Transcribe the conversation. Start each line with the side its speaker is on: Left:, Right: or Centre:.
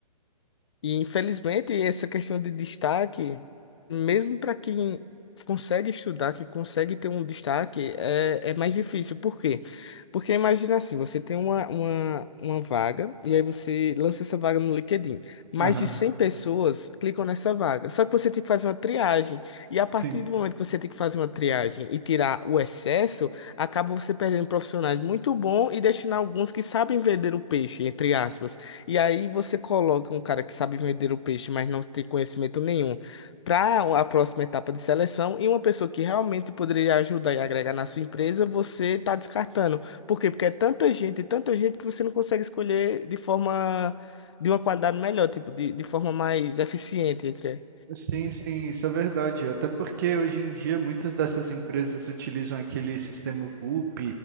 Left: E infelizmente essa questão de destaque, mesmo para quem consegue estudar, que consegue ter um destaque, é, é mais difícil. Por quê? Porque imagina assim, você tem uma, uma, uma vaga e aí você lança essa vaga no LinkedIn. Mais
Right: Aham,
Left: de 100 pessoas clicam nessa vaga. Só que você tem que fazer uma triagem. E a partir
Right: sim.
Left: do momento que você tem que fazer uma triagem e tirar o excesso, acaba você perdendo profissionais muito bons e deixando alguns que sabem vender o peixe, entre aspas. E aí você coloca um cara que sabe vender o peixe, mas não tem conhecimento nenhum, para a próxima etapa de seleção, e uma pessoa que realmente poderia ajudar e agregar na sua empresa, você está descartando. Por quê? Porque é tanta gente, tanta gente que você não consegue escolher de forma, de uma qualidade melhor, tipo, de, de forma mais eficiente, entre.
Right: Sim, sim, isso é verdade. Até porque hoje em dia muitas dessas empresas utilizam aquele sistema Gulp